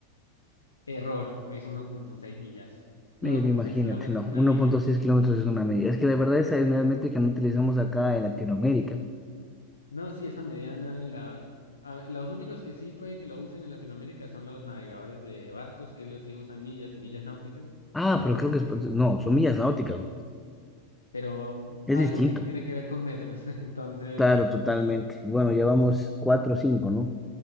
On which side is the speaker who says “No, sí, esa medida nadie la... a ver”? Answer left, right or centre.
Left